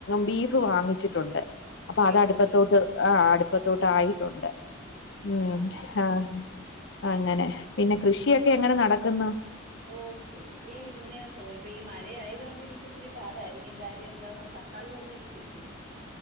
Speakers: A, on the left (about 60°); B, on the right (about 45°).
A: ബീഫ് വാങ്ങിച്ചിട്ടുണ്ട് അപ്പ അത് അടുപ്പത്തോട്ട്
B: കേട്ടിട്ടുണ്ട്
A: ആഹ് അടുപ്പത്തോട്ട് ആയിട്ടുണ്ട് ഉം
B: ആഹാ ആ
A: ആഹ് അങ്ങനെ പിന്നെ കൃഷിയൊക്കെ എങ്ങനെ നടക്കുന്നു
B: ഓഹ് കൃഷി ഇങ്ങനെ പോയി ഇപ്പൊ ഈ മഴയായത് കൊണ്ട് ഇനിയിപ്പച്ചിരി പാടാരിക്കും കാര്യം എന്താന്നോ തക്കാളി ഒന്നും ഇനി കിട്ടൂല